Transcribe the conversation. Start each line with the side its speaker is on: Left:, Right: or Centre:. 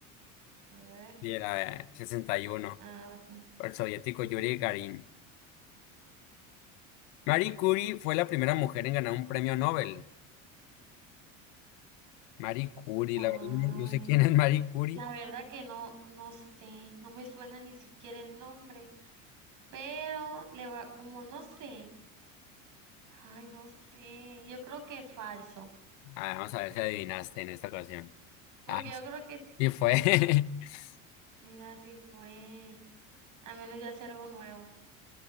Right: A ver,
Left: Y era eh, 61,
Right: a ver.
Left: por el soviético Yuri Garin. Marie Curie fue la primera mujer en ganar un premio Nobel. Marie Curie,
Right: Ay,
Left: la verdad, no no sé quién es Marie Curie.
Right: la verdad que no, no sé, no me suena ni siquiera el nombre, pero le va, como no sé. Ay, no sé, yo creo que falso,
Left: Ah, vamos a ver si adivinaste en esta ocasión.
Right: porque
Left: Ah,
Right: yo creo que, es-
Left: sí fue. <laughs>
Right: mira, si fue, a menos ya hacer algo nuevo.